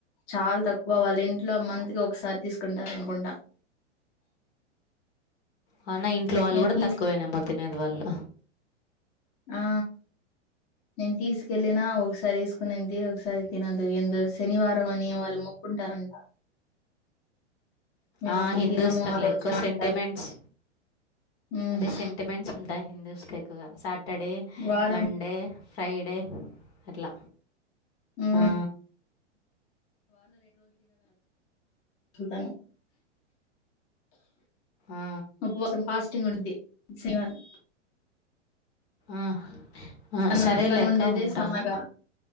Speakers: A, on the left (about 40°); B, on the left (about 55°).
A: చాల తక్కువ వాళ్ళ ఇంట్లో మంత్ కి ఒకసారి తీసుకుంటారు అనుకుంటా.
B: అవునా ఇంట్లో వాళ్ళు
A: నేను
B: కూడా
A: తీస్
B: తక్కువేనేమో తినేది వాళ్ళు.
A: ఆ నేను తీసుకెళ్ళిన ఒకసారి ఏసుకునింది ఒకసారి తినదు ఏందో శనివారం అని వాళ్ళు మొక్కుంటారంట. మేము
B: ఆ
A: అప్పుడు
B: హిందూస్
A: తినము
B: కి అట్ల
A: ఆ రోజు
B: ఎక్కువ
A: అంటారు
B: సెంటిమెంట్స్.
A: ఉమ్
B: అదే సెంటిమెన్ ట్స్ ఉంటాయి హిందూస్కి ఎక్కువగా సాటర్డే,
A: వారం
B: మండే, ఫ్రైడే. అట్ల
A: హ్మ్
B: ఆ
A: సల్తాను
B: ఆ,
A: ఉబ్బసం ఫాస్టింగ్ ఉండుద్ది శనివారం
B: ఆ ఆ
A: తన
B: సరేలె
A: తను
B: అక్క
A: ఉండేదే
B: ఉంటాను.
A: సన్నగా